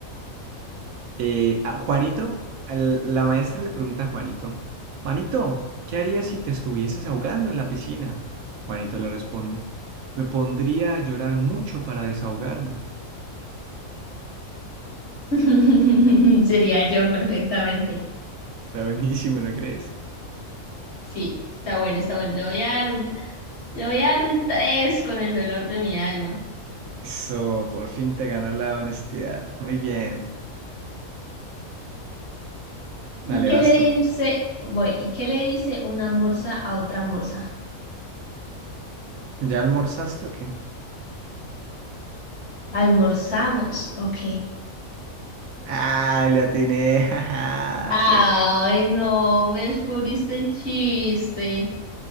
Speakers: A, on the right (about 80°); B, on the left (about 50°).
A: Eh, a Juanito, al- la maestra le pregunta a Juanito, Juanito, ¿qué harías si te estuvieses ahogando en la piscina? Juanito le responde, me pondría a llorar mucho para desahogarme.
B: <laughs> Sería yo perfectamente.
A: Está buenísimo, ¿no crees?
B: Sí, está bueno, está bueno. Le voy a dar un Le voy a dar un 3 con el dolor de mi alma.
A: Eso, por fin te ganó la honestidad. Muy bien. Dale,
B: ¿Y qué
A: vas
B: le
A: tú.
B: dice, voy, ¿y qué le dice una morsa a otra morsa?
A: ¿Ya almorzaste o qué?
B: Almorzamos, ok.
A: Ah, le atiné. <laughs> jaja,
B: Ay,
A: te-
B: no, me descubriste el chiste.